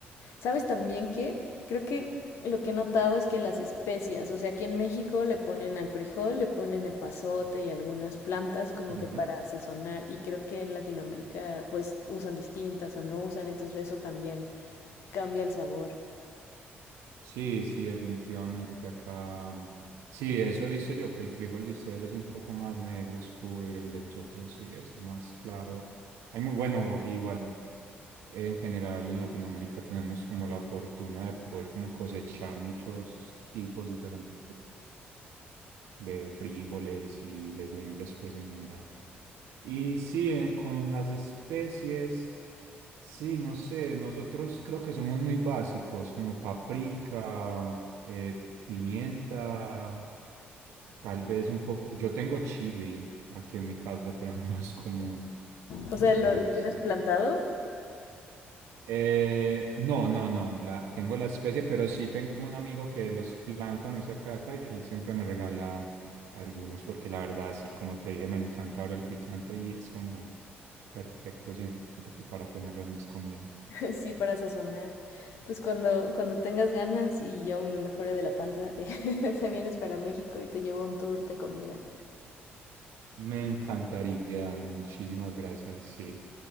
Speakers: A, on the left; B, on the right.
A: ¿Sabes también que creo que lo que he notado es que las especias, o sea, aquí en México le ponen al frijol, le ponen epazote y algunas plantas como
B: Ujú.
A: que para sazonar y creo que en Latinoamérica pues usan distintas o no usan, entonces eso también cambia el sabor.
B: Sí, sí, definitivamente acá. mm, Sí, eso he visto yo, que el frijol de ustedes es un poco más negro, oscuro, y el de nosotros sí es más claro. Hay muy bueno, igual en general en Latinoamérica tenemos como la fortuna de poder como cosechar muchos tipos diferentes de frijoles y legumbres, pues en general. Y sí, eh, con las especies, sí, no sé, nosotros creo que somos muy básicos, como paprika, eh, pimienta, tal vez un poco. Yo tengo chile aquí en mi casa, pero <laughs> no es común,
A: O sea, lo,
B: pero
A: lo tienes
B: sí.
A: plantado,
B: Eh, no, no, no, la, tengo la especie, pero sí tengo un amigo que los planta muy cerca de acá y él siempre me regala algunos porque la verdad, sí, como te dije, me encanta ahora el picante y es como perfecto siempre para ponerlo en mis comidas.
A: <laughs> sí, para sazonar. Pues cuando, cuando tengas ganas y yo me mejore de la panza, <laughs> eh, te vienes para México y te llevo un tour de comida.
B: Me encantaría, Dana, muchísimas gracias, sí.